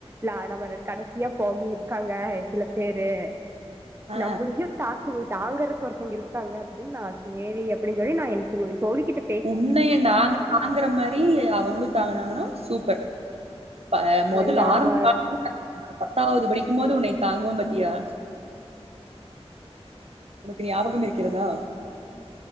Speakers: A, on the right; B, on the right.
A: ல்ல நம்ம கடைசியா போக இருக்காங்க சில பேரு
B: ஆ
A: நம்மளயு தாக் கு தாங்கறக்கு ஒருத்தங்க இருக்காங்க அப்டின்னு நா செரி அப்டின் சொல்லி நா எனக் தோழிக்கிட்ட
B: உன்னைய நாங்க தாங்குற மாரி அவங்களு தாங்கனாங்கன்னா சூப்பர் ப்பா மொதல்
A: வல்லாம
B: ஆரம்ப கா <unintelligible> பத்தாவது படிக்கும் போது உன்னை தாங்குவோ பாத்தியா உனக்கு ஞாபகம் இருக்கிறதா